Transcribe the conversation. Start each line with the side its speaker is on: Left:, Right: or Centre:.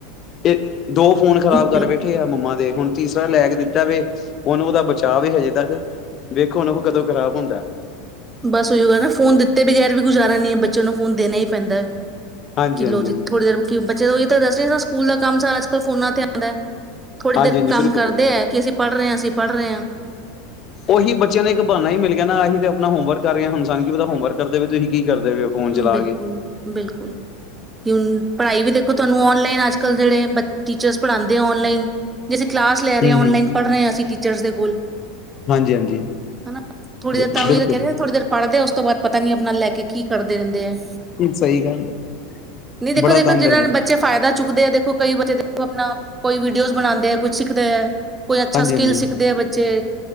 Left: ਇਹ ਦੋ ਫੋਨ ਖਰਾਬ
Right: ਬਿਲਕੁਲ,
Left: ਕਰ ਬੈਠੇ ਆ ਮੰਮਾ ਦੇ ਹੁਣ ਤੀਸਰਾ ਲੈ ਕੇ ਦਿੱਤਾ ਵ ਉਹਨੂੰ ਉਹਦਾ ਬਚਾਅ ਵ ਹਜੇ ਤੱਕ ਵੇਖੋ ਉਹਨੂੰ ਉਹ ਕਦੋਂ ਖ਼ਰਾਬ ਹੁੰਦਾ
Right: ਬਸ ਉਹੀੋ ਗੱਲ ਨਾ ਫੋਨ ਦਿੱਤੇ ਬਗੈਰ ਵੀ ਗੁਜ਼ਾਰਾ ਨਹੀਂ ਹੈ ਬੱਚਿਆਂ ਨੂੰ ਫੋਨ ਦੇਣਾ ਹੀ ਪੈਂਦਾ ਹੈ
Left: ਹਾਂਜੀ
Right: ਕਿਲੋ
Left: ਹਾਂਜੀ
Right: ਜੀ
Left: ਹਾਂਜੀ
Right: ਥੋੜ੍ਹੀ ਦੇਰ ਬੱਚੇ ਤੋਂ ਦੱਸ ਰ ਸਕੂਲ ਦਾ ਕੰਮ ਅੱਜ ਕਲ ਫੋਨਾਂ ਤੇ ਆਉਂਦਾ ਹੈ ਥੋੜ੍ਹੀ
Left: ਹਾਂਜੀ
Right: ਦੇਰ
Left: ਹਾਂਜੀ
Right: ਕੰਮ
Left: ਬਿਲਕੁਲ
Right: ਕਰਦੇ ਹੈ ਕਿ ਅਸੀਂ ਪੜ੍ਹ ਰਹੇ ਹਾਂ ਅਸੀਂ ਪੜ੍ਹ ਰਹੇ ਹਾਂ
Left: ਉਹੀ ਬੱਚਿਆਂ ਨੇ ਇੱਕ ਬਹਾਨਾ ਹੀ ਮਿਲ ਗਿਆ ਨਾ ਅਸੀਂ ਤੇ ਆਪਣਾ ਹੋਮਵਰਕ ਕਰ ਰਹੇਾਂ ਹੁਸਾਨ ਕੀ ਪਤਾ ਹੋਮਵਰਕ ਕਰਦੇਵੇ ਤੁਸੀਂ ਕੀ ਕਰਦੇ ਪਏ ਹੋ ਫੋਨ ਚਲਾ
Right: ਬਿਲਕੁਲ
Left: ਕੇ
Right: ਬਿਲਕੁਲ ਕਿ ਹੁਣ ਪੜ੍ਹਾਈ ਵੀ ਦੇਖੋ ਤੁਹਾਨੂੰ ਆ ਨਲਾਈਨ ਅੱਜ ਕਲ ਜਿਹੜੇ ਟੀਚਰ ਪੜਾਂਦੇ ਆ ਔਨਲਾਈਨ ਜ ਕਲਾਸ ਲੈ ਰਹੇ
Left: ਹੂੰ
Right: ਹਾਂ ਔਨਲਾਈਨ
Left: ਹੂੰ
Right: ਪੜ੍ਹ ਰਹੇ ਹਾਂ ਅਸੀਂ ਟੀਚਰਸ ਦੇ ਕੋਲ
Left: ਹਾਂਜੀ ਹਾਂਜੀ
Right: ਹਨਾ ਥੋੜੀ
Left: ਬਿਲਕੁਲ
Right: ਦੇਰ ਤਾਂ ਉਹੀ ਕਹਿ ਰਹੇ ਥੋੜੀ ਦੇਰ ਪੜ੍ਹਦੇ ਤੋਂ ਬਾਅਦ ਪਤਾ ਨੀ ਆਪ ਨਾਲ ਲੈ ਕੇ ਕਰਦੇ ਰਹਿੰਦੇ ਹੈ
Left: ਸਹੀ ਗੱਲ ਹੈ
Right: ਨਹੀਂ ਦੇਖੋ
Left: ਬੜਾ
Right: ਦੇਖੋ
Left: ਤੰਗ
Right: ਜਿਹਨਾਂ
Left: ਕਰਦੇ ਨੇ।
Right: ਬੱਚੇ ਫਾਇਦਾ ਚੁੱਕਦੇ ਆ ਦੇਖੋ ਕਈ ਬੱਚੇ ਦੇ ਉਹ ਆਪਣਾ ਕੋਈ ਵੀਡੀਓਜ਼ ਬਣਾਉਂਦੇ ਹੈ ਕੁਛ ਸਿੱਖਦੇ ਹੈ ਕੋਈ ਅੱਛਾ
Left: ਹਾਂਜੀ
Right: ਸਕਿੱਲ
Left: ਹਾਂਜੀ
Right: ਸਿੱਖਦੇ ਆ ਬੱਚੇ